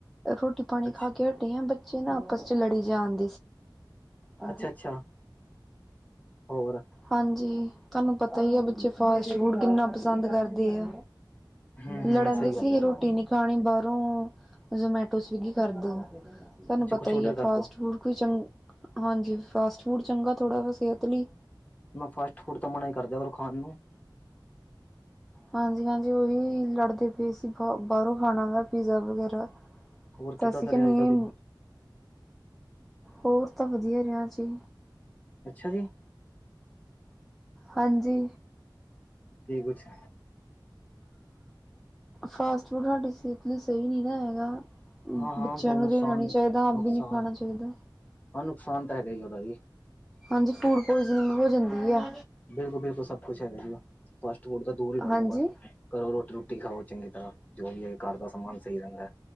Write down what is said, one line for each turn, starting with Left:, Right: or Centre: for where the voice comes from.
Centre: ਰੋਟੀ ਪਾਣੀ
Left: ਅੱਛਾ
Centre: ਖਾ ਕੇ ਹਟੀੇ ਆ ਬੱਚੇ ਨਾ ਆਪਸ ਚ ਲੜੀ ਜਾਣ ਹਾਂ
Left: ਅੱਛਾ ਅੱਛਾ ਹੋਰ
Centre: ਹਾਂਜੀ ਤੁਹਾਨੂੰ ਪਤਾ ਹੀ ਆ ਬੱਚੇ ਫਾਸਟ ਫੂਡ ਕਿੰਨਾ ਪਸੰਦ ਕਰਦੇ ਆ
Left: ਹੂੰ
Centre: ਲੜਨਂ
Left: ਹੂੰ ਸਹੀ
Centre: ਦੇਈ ਸੀ
Left: ਗੱਲ
Centre: ਹੀ
Left: ਹੈ
Centre: ਰੋਟੀ ਨ ਪਾਣੀ ਬਾਹਰੋਂ ਜਮੈਟੋ ਸਵਿਗੀ ਕਰਦੋ ਸਹਾਨੂੰ
Left: ਅੱਛਾ
Centre: ਪਤਾ
Left: ਕੁਛ
Centre: ਹੀ
Left: ਔਡਰ
Centre: ਆ
Left: ਕਰ
Centre: ਫਾਸਟ
Left: ਦੋ
Centre: ਫੂਡ ਕੋਈ ਚੰ ਹਾਂਜੀ ਫਾਸਟ ਫੂਡ ਚੰਗਾ ਥੋੜ੍ਹਾ ਵ ਸਿਹਤ ਲਈ
Left: ਮੈਂ ਫਾਸਟ ਫੂਡ ਤਾਂ ਮਨਾ ਹੀ ਕਰਦਾ ਪਰ ਖਾਣ ਨੂੰ
Centre: ਹਾਂਜੀ ਹਾਂਜੀ ਉਹੀ ਲੜਦੇ ਪਏ ਸੀ ਬ ਬਾਹਰੋਂ ਖਾਣਾ ਵਾ ਪੀਜ਼ਾ ਵਗੈਰਾ
Left: ਹੋਰ
Centre: ਤਾਂ
Left: ਕਿੱਦਾਂ
Centre: ਅਸੀਂ
Left: ਦਾ
Centre: ਕਿ
Left: ਰਿਹਾ
Centre: ਨਹੀਂ
Left: ਅੱਜ ਦਾ ਦਿਨ
Centre: ਹੋਰ ਤਾਂ ਵਧੀਆ ਰਿਹਾ ਜੀ
Left: ਅੱਛਾ ਜੀ
Centre: ਹਾਂਜੀ
Left: ਕੀ ਕੁੱਛ
Centre: ਫਾਸਟ ਫੂਡ ਸਾਡੇ ਸਿਹਤ ਲਈ ਸਹੀ ਨਈ ਨਾ ਹੈਗਾ।
Left: ਹਾਂ ਹਾਂ
Centre: ਬੱਚੇਆਂ
Left: ਦੋ
Centre: ਨੂੰ
Left: ਨੁਕਸਾਨ
Centre: ਦੇਣਾ ਨ ਚਾਹੀਦਾ ਆਪ
Left: ਨੁਕਸਾਨ
Centre: ਵੀ ਨੀ ਖਾਣਾ ਚਾਹੀਦਾ।
Left: ਹਾਂ ਨੁਕਸਾਨ ਤਾਂ ਹੈਗਾ ਈ ਓਦਾ ਵੀ।
Centre: ਹਾਂਜੀ ਫੂਡ ਪੋਇਜ਼ਨਿੰਗ ਹੋ ਜਾਂਦੀ ਆ।
Left: ਬਿਲਕੁਲ ਬਿਲਕੁਲ ਸਭ ਕੁਛ ਹੈਗਾ ਜੀ। ਫਾਸਟ ਫੂਡ ਤਾਂ ਦੂਰ ਹੀ ਰਹੋ
Centre: ਹਾਂਜੀ
Left: ਬਸ ਘਰੋਂ ਰੋਟੀ ਰੂਟੀ ਖਾਓ ਚੰਗੀ ਤਰ੍ਹਾਂ। ਜੋ ਵੀ ਹੈ ਘਰ ਦਾ ਸਮਾਨ ਸਹੀ ਰਹਿੰਦਾ ਐ।